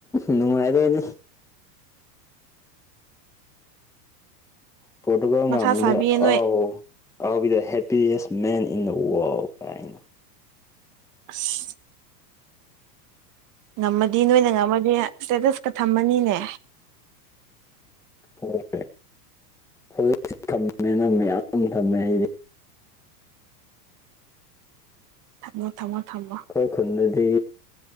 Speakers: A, in the centre; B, on the right.
A: ꯅꯨꯡꯉꯥꯏꯗꯣꯏꯅꯤ ꯄꯣꯇꯨꯒꯜ
B: ꯃꯊꯥ
A: ꯉꯝꯗ꯭ꯔꯦ
B: ꯁꯥꯕꯤꯌꯦ ꯅꯣꯏ
A: ꯑꯧ ꯑꯥꯎ ꯕꯤ ꯗ ꯍꯦꯞꯄꯤꯌꯦꯁ ꯃꯦꯟ ꯏꯟ ꯗ ꯋꯥꯋꯔꯜ ꯀꯥꯏꯅ
B: ꯑꯁ ꯉꯝꯃꯗꯤ ꯅꯣꯏꯅ ꯉꯝꯃꯗꯤ ꯏꯁꯇꯦꯇꯁꯀ ꯊꯝꯃꯅꯤꯅꯦ
A: ꯍꯣꯏ ꯍꯧꯖꯤꯛ ꯊꯝꯃꯦꯅ ꯃꯌꯥꯝ ꯊꯝꯃꯦ ꯑꯩꯗꯤ
B: ꯊꯝꯃꯣ ꯊꯝꯃꯣ ꯊꯝꯃꯣ
A: ꯑꯩꯈꯣꯏ ꯈꯨꯟꯗꯗꯤ